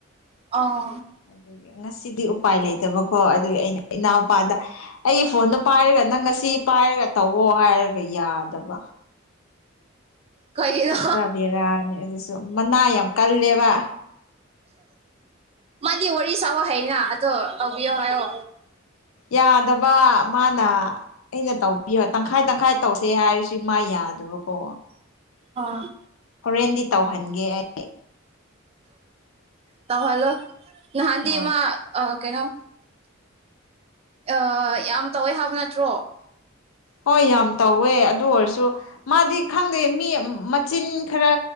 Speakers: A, on the right (about 30°); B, on the left (about 80°).
A: ꯑ
B: ꯑꯗꯨꯒꯤ ꯉꯁꯤꯗꯤ ꯎꯄꯥꯏ ꯂꯩꯇꯕꯀꯣ ꯑꯗꯨꯒꯤ ꯑꯩꯅ ꯏꯅꯥꯎꯄꯥꯗ ꯑꯩꯒꯤ ꯐꯣꯟꯗꯨꯣ ꯄꯥꯏꯔꯒ ꯅꯪ ꯉꯁꯤ ꯄꯥꯏꯔꯒ ꯇꯧꯋꯣ ꯍꯥꯏꯔꯒ ꯌꯥꯗꯕ
A: ꯀꯩꯗ
B: ꯄꯨ꯭ꯔꯥ ꯕꯦꯔꯥꯅꯤ ꯑꯗꯨꯁꯨ ꯃꯅꯥ ꯌꯥꯝ ꯀꯜꯂꯦꯕ
A: ꯃꯥꯗꯤ ꯋꯥꯔꯤ ꯁꯥꯕ ꯍꯩꯅ ꯑꯗꯣ ꯇꯧꯕꯤꯌꯣ ꯍꯥꯏꯌꯣ
B: ꯌꯥꯗꯕ ꯃꯥꯅ ꯑꯩꯅ ꯇꯧꯕꯤꯌꯣ ꯇꯪꯈꯥꯏ-ꯇꯪꯈꯥꯏ ꯇꯧꯁꯦ ꯍꯥꯏꯔꯤꯁꯤ ꯃꯥ ꯌꯥꯗꯕꯀꯣ꯫
A: ꯑ꯫
B: ꯍꯣꯔꯦꯟꯗꯤ ꯇꯧꯍꯟꯒꯦ ꯑꯩ
A: ꯇꯧꯍꯜꯂꯣ ꯅꯍꯥꯟꯗꯤ
B: ꯍꯣꯏ
A: ꯃꯥ ꯑ ꯀꯩꯅꯣ ꯑ ꯌꯥꯝ ꯇꯧꯋꯦ ꯍꯥꯏꯕ ꯅꯠꯇ꯭ꯔꯣ꯫
B: ꯍꯣꯏ ꯌꯥꯝ ꯇꯧꯋꯦ ꯑꯗꯨ ꯑꯣꯏꯔꯁꯨ ꯃꯥꯗꯤ ꯈꯪꯗꯦ ꯃꯤ ꯃꯆꯤꯟ ꯈꯔ